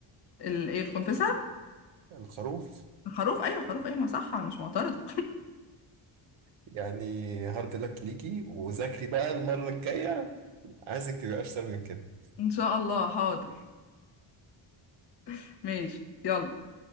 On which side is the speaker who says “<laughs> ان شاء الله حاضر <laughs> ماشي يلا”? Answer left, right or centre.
Left